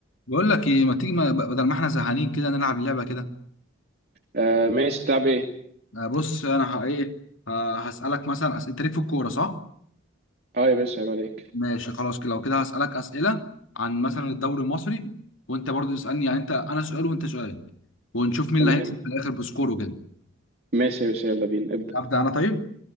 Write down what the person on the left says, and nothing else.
بقول لك ايه ما تيجي ما بدل ما احنا زهقانين كده نلعب لعبه كده
آه، بص انا ه- ايه آه، هسالك مثلا اسئله تاريخ في الكوره صح
ماشي خلاص كده لو كده هسالك اسئله عن مثلا الدوري المصري وانت برضو تسالني يعني انت انا سؤال وانت سؤال ونشوف مين
اللي هيكسب في الاخر بسكور وكده
ابدا انا طيب